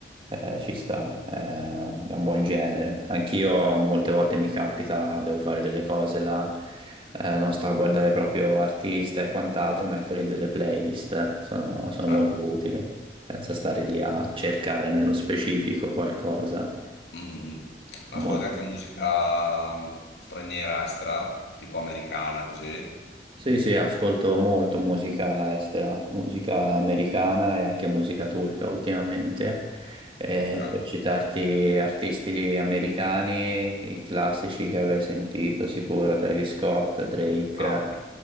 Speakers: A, on the right; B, on the left.
A: eh, ci sta, eh, è un buon genere. Anch'io molte volte mi capita, devo fare delle cose là, eh, non sto a guardare proprio artista e quant'altro, metto lì delle playlist, sono, sono
B: certo.
A: molto utili, senza stare lì a cercare nello specifico qualcosa.
B: Mm. Ascolti
A: Molto.
B: anche musica mm, straniera, extra, tipo americana, così?
A: Sì, sì, ascolto molto musica estera, musica americana e anche musica turca ultimamente. Eh,
B: Ok.
A: per citarti artisti americani, i classici che avrai sentito sicuro, Travis Scott, Drake,
B: Ah,